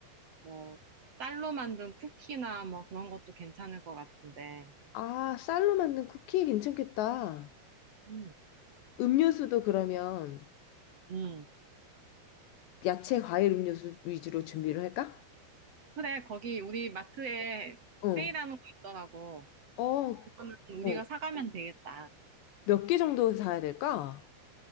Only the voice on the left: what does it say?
아, 쌀로 만든 쿠키 괜찮겠다.
음료수도 그러면
야채, 과일, 음료수 위주로 준비를 할까?
어,
어,
어.
몇 개 정도 사야 될까?